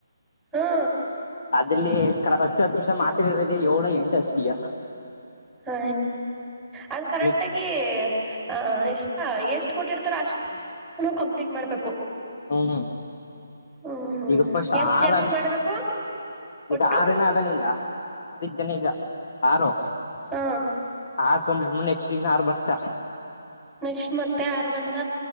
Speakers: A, in the centre; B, on the left.
A: ಹಾ
B: ಅ್ರಲ್ಲಿ ಹತ್ತು ಹತ್ತು ನಿಮಿಷ ಮಾತ್ ಇರದೆ ಏಳು ಎಂಟು ಅಷ್ಟ ಈಗ
A: ಹ ಅದು ಕರೆಕ್ಟಗಿ
B: ಮಿಕ್
A: ಹ ಎಷ್ಟ ಎಷ್ಟು ಕೊಟ್ಟಿಡ್ತಾರ ಅಷ್ಟ ಕಂಪ್ಲೀಟ್ ಮಾಡ್ಬೇಕು
B: ಹ್ಮ್ ಹ್ಮ್
A: ಹ್ಮ್
B: ಈಗ ಫಸ್ಟ್
A: ಎಷ್ಟ್
B: ಆರನೆ
A: ಜನಕ್ ಮಾಡ್ಬೇಕು ಒಟ್ಟು
B: ಈಗ ಆರನ ಅದಾನ ಈಗ ಅದಕ್ ದಿನೇಗ್ ಆರು
A: ಹಾಂ
B: ಆರ್ ಕಂಪ್ಲೀಟ್ ಮಾಡೀನಿ ನೆಕ್ಸ್ಟ್ ಇನ್ ಆರ್ ಬತ್ತಾ
A: ನೆಕ್ಟ್ ಮತ್ತೆ ಯಾರ್ ಬಂದ